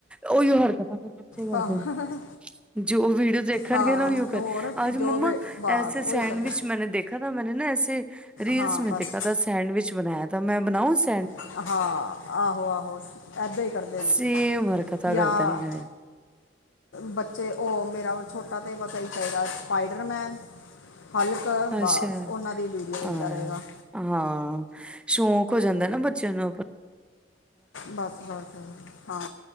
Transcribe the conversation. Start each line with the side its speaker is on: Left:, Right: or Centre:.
Centre: ਉਹੀਓ ਹਰ <inaudible> ਬੱਚੇ ਕਰਦੇ
Left: ਹਾਂ
Centre: ਨੇ ਜੋ ਵੀਡੀਓ ਦੇਖਣਗੇ
Left: ਹਾਂ
Centre: ਨਾ ਉਹੀਓ
Left: ਤੇ
Centre: ਕਰ
Left: ਹੋਰ
Centre: ਅਜ
Left: ਜੋ
Centre: ਮੰਮਾ
Left: ਬੇ ਬਸ ਉਹੀ
Centre: ਸੈਂਡਵਿਚ
Left: ਕਰਦੇ
Centre: ਮੈਂ ਦੇਖਾ ਮੈਂਨ ਨਾ ਐੇ ਰੀਲਸ
Left: ਹਾਂ
Centre: ਮੈਂ
Left: ਬਸ
Centre: ਦੇਖਾ ਸੈਂਡ <unintelligible> ਬਣਾਇਆ ਤਾਂ ਮੈਂ ਬਣਾ <unintelligible>
Left: ਹਾਂ, ਆਹੋ-ਆਹੋ ਏਦਾਂ ਈ ਕਰਦੇ ਨੇ,
Centre: ਸੇਮ ਹਰਕਤਾਂ
Left: ਯਾਂ,
Centre: ਕਰਦੇ ਨੇ ਫਿਰ
Left: ਬੱਚੇ ਓ ਮੇਰਾ ਛੋਟਾ ਤੇ ਬਸ ਏ ਚਾਈਦਾ ਸਪਾਈਡਰਮੈਨ। ਹਲਕ ਬਸ
Centre: ਅੱਛਾ,
Left: ਉਹਨਾਂ ਦੀ ਵੀਡੀਓ ਦੇਖਦਾ
Centre: ਆਂ
Left: ਰਹੇਗਾ
Centre: ਹਾਂ ਸ਼ੌਕ ਹੋ ਜਾਂਦਾ ਨਾ ਬੱਚਿਆਂ ਨੂੰ ਆਪ
Left: ਬਸ-ਬਸ, ਹਾਂ